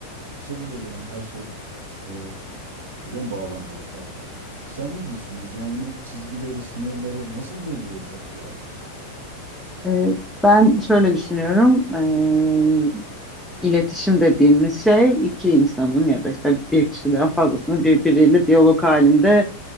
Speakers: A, on the right (about 65°); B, in the centre.
A: içebilir yani her şey e, buraya mı bağlanmalı falan. Sen ne düşünüyorsun? Yani bunun çizgileri, sınırları nasıl belli olacak ya?
B: Ee, Ben şöyle düşünüyorum. Ee, iletişim dediğimiz şey iki insanın ya da işte bir kişiden fazlasının birbiriyle diyalog halinde